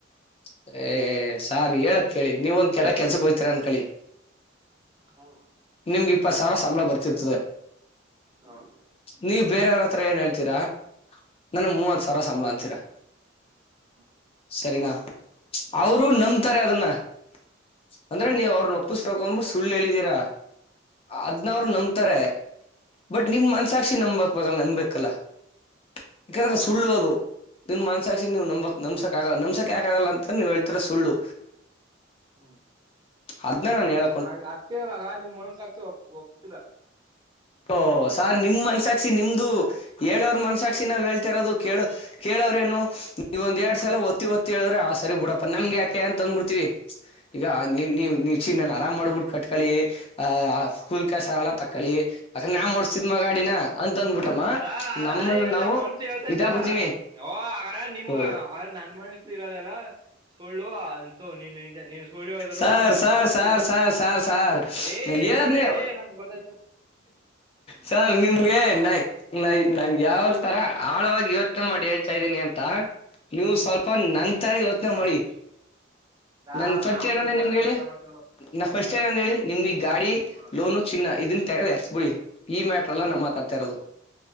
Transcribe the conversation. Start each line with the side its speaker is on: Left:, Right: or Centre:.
Left: <inaudible> ಏ ಸಾರ್ ಹೇಳತ್ ಕೇಳಿ ನೀವ ಒಂದ ಕೆಲ ಕೆಲ್ಸಕ್ ಹೋತೀರಾ ಅನ್ಕಳಿ
Right: ಹೌ
Left: ನಿಮ್ಗೆ ಇಪ್ಪತ ಸಾವಿರ ಸಂಬಳ ಬರ್ತಿರ್ತದೆ.
Right: <inaudible>
Left: ನೀವ ಬೇರೆಯವ್ರ ಹತ್ರ ಏನ್ ಹೇಳ್ತೀರಾ? ನನ್ಗ ಮೂವತ ಸಾವರ ಸಂಬಳ ಅಂತೀರಾ..
Right: ಹ್ಮ್
Left: <inaudible> ಸರಿನಾ? ಅವರು
Right: ಹ್ಮ್
Left: ನಂಬ್ತಾರೆ ಅದನ್ನ <inaudible> ಅಂದ್ರೆ
Right: ಹ್ಮ್
Left: ನೀವ್ ಅವ್ರನ ಓ <unintelligible> ಸುಳ್ಳು ಹೇಳಿದೀರಾ ಅದ್ನ ಅವ್ರು
Right: ಹ್ಮ್
Left: ನಂಬತಾರೆ. ಬಟ್ ನಿಮ್ ಮನ್ಸಾಕ್ಷಿ
Right: ಹ್ಮ್
Left: ನಂಬಕ ನಂಬಬೇಕಲ್ಲ <inaudible> ಯಾಕಂದ್ರೆ
Right: ಹ್ಮ್
Left: ಸುಳ್ಳು ಅದು. ನಿಮ್ ಮನಸಾಕ್ಷಿ ನೀವು
Right: ಹ್ಮ್
Left: ನಂಬ ನಂಬಸಕ್ ಆಗಲ್ಲ ನಂಬಸಕ್ ಯಾಕ ಆಗಲ್ಲ ಅಂತ ನೀವ ಹೇಳ್ತರದ್ ಸುಳ್ಳು
Right: ಹ್ಮ್
Left: ಅದನ ನಾ ಹೇಳ
Right: ಹಾಗ ಅದಕ್ಕೆ ಈವಾಗ ನಿಮ್ಮ ಮನ್ಸ ಸಾಕ್ಷಿ ಒಪ ಒಪ್ಪುತ್ತಿಲ್ಲ
Left: ಓಹ ಸಾರ್ ನಿಮ್ ಮನ್ಸಾಕ್ಷಿ ನಿಮ್ದು ಹೇಳೋರ ಮನ್ಸಾಕ್ಷಿ ನಾವ್
Right: ಹ್ಮ್
Left: ಹೇಳ್ತಾರಿದು ಕೇಳ ಕೇಳೋರೇನು ಈಗ್ ಒಂದ ಎರಡು ಸಲ ಒ ಹೊತ್ತಿ ಹೊತ್ತಿ ಹೇಳಿದ್ರ ಆ ಸರಿ ಬಿಡಪ್ಪ ನಮಗ ಯಾಕೆ ಅಂತ ಅಂದ ಬುಡ್ತೀವಿ ಈಗ ನೀವ್ ನೀವ್ ನೀವ್ ಚಿನ್ನ್ ನಾರಾ ಮಡಗಬುಟ್ಟ ಕಟ್ಕಳಿ ಅ ಸ್ಕೂಲ್ ಕಸಾನೆಲ್ಲ ತಕ್ಕಳಿ ಅಕಂದ ನಾನ ಒಡ್ಸ್ತಿದ್ ಮಗಾ ಗಾಡಿನ ಅಂತ ಅಂದ್ಬಿಟ್ಟಮ್ಮ
Right: ಸರ್ ಅದ
Left: ನಮ್ಮನ್ನ
Right: ಅದೇ ಈಗ
Left: ನಾವು
Right: ನಮ್ಮ್ ಮನ್ಸು ಹೇಳ್ತೈತಲ್ಲ
Left: ಇದಾಗ್ಬಿಡ್ತೀವಿ
Right: ಓ ಆಗಾರ ನಿಮ್ಮ
Left: ಓ
Right: ನನ್ ಮನ್ ಇರದೆಲ್ಲ ಸೊಳ್ಳು ನೀನ್ ನಿಜ ನೀನ್ ಸುಳಿದ್ ಹೇಳದ್ರು
Left: ಸಾರ್
Right: ನಿಮ್ ಮನ್ಸು
Left: ಸಾರ್
Right: ಒಪ್ತಿಲ್ಲ
Left: ಸಾರ್
Right: ಅಂತ
Left: ಸಾರ್ ಸಾರ್ ಸಾರ್
Right: ರೀ
Left: ನಾ ಹೇಳದ್ನೇ
Right: ಬುಡ್ರಿ ರೀ ನಮ್ಗ್ ಗೊತ್ತಾಯ್ತು
Left: ಸರ್ ನಿಮ್ಗೆ ನಾಯ್ ನಾ ನಾನ್ನ್ ಯಾವ ತರ ಆಳವಾಗಿ ಯೋಚನೆ ಮಾಡಿ ಹೇಳ್ತಾ ಇದ್ದೀನಿ ಅಂತ ನೀವು ಸ್ವಲ್ಪ ನಂತರ ಯೋಚ್ನೆ ಮಾಡಿ
Right: ಸಾರ್
Left: ನಾನ್ ಫಸ್ಟ್
Right: ನಾವ್
Left: ಏನಂದೆ
Right: ನಿಮ್ ತರಾನೇ
Left: ನಿಮ್ಗ ಹೇಳಿ
Right: ಯೋಚನೆ ಮಾಡ್ತಿರೋದು
Left: ನಾ ಫಸ್ಟ್
Right: ಹಾ
Left: ಏನಂದೆ ಹೇಳಿ ನಿಮ್ಗ ಗಾಡಿ
Right: ಹಾ
Left: ಲೋನು ಚಿನ್ನ ಇದನ್ ಬುಡಿ ಈ ಮ್ಯಾಟ್ರ ಅಲ್ಲ ನಾವ್
Right: ಹಾ
Left: ಮಾತಾಡ್ತಾ ಇರೋದು